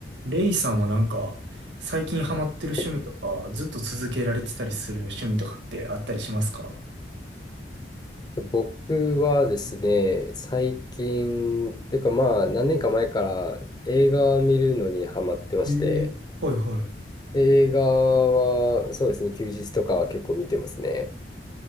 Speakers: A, on the right; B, on the left.
A: レイさんはなんか、最近ハマってる趣味とか、
B: はい
A: ずっと続けられてたりする趣味とかってあったりしますか
B: 僕はですね、最近、というかまあ何年か前から映画を見るのにハマってまして、
A: ええはいは
B: 映画はそうですね、休日とかは結構見てますね。